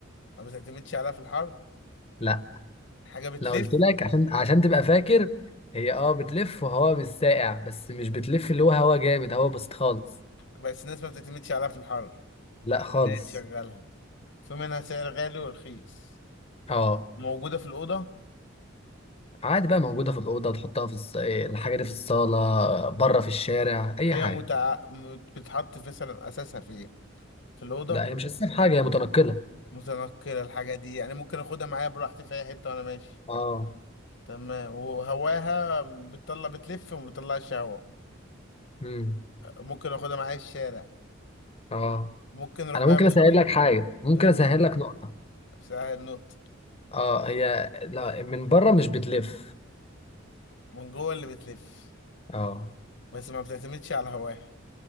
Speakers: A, on the left; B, on the left.
A: ما بتعتمدش عليها في الحر
B: لا
A: حاجة بتلف
B: لو قلت لك عشان عشان تبقى فاكر هي اه بتلف وهواء مش ساقع بس مش بتلف اللي هو هواء جامد هواء بسيط خالص
A: بس الناس ما بتعتمدش عليها في الحر
B: لا خالص
A: لا تشغلها في منها سعر غالي ورخيص
B: اه
A: موجودة في الأوضة
B: عادي بقى موجودة في الأوضة تحطها في الص... إيه، الحاجة دي في الصالة بره في الشارع أي
A: هي
B: حاجة
A: متع... مت- بتحط في مثلا أساسها فين في الأوضة
B: لا هي مش أساسية في حاجة هي متنقلة
A: متنقلة الحاجة دي يعني ممكن أخدها معايا براحتي في أي حتة وأنا ماشي
B: اه
A: تمام وهواها بتطلع بتلف وما بتطلعش هوا
B: امم
A: ممكن اخدها معايا الشارع
B: اه
A: ممكن اروح
B: أنا
A: بقى
B: ممكن
A: مشاوير
B: أسهل لك حاجة ممكن
A: اوه
B: أسهل لك نقطة
A: سهل النقط
B: اه هي لا من بره مش بتلف
A: من جوه اللي بتلف
B: اه
A: بس ما بتعتمدش على هواها